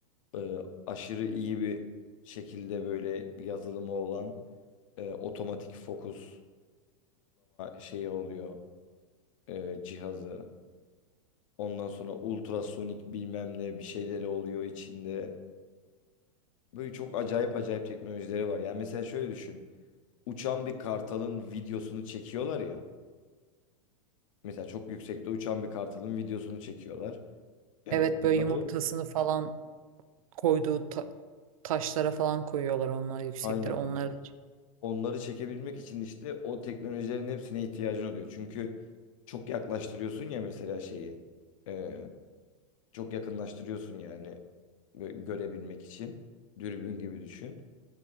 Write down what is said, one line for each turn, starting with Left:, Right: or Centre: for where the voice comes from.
Left: Ee, aşırı iyi bir şekilde böyle yazılımı olan e, otomatik fokuslama şeyi oluyor e, cihazı. Ondan sonra ultrasonik bilmem ne bir şeyleri oluyor içinde. Böyle çok acayip acayip teknolojileri var. Yani mesela şöyle düşün. Uçan bir kartalın videosunu çekiyorlar ya. Mesela çok yüksekte uçan bir kartalın videosunu çekiyorlar. Yani
Right: Evet
Left: onları
Right: böyle yumurtasını falan koyduğu ta- taşlara falan koyuyorlar onlar yüksektir.
Left: aynen
Right: Onları da
Left: onları çekebilmek için işte o teknolojilerin hepsine ihtiyacın oluyor. Çünkü çok yaklaştırıyorsun ya mesela şeyi. Ee, çok yakınlaştırıyorsun yani gö- görebilmek için. Dürbün gibi düşün.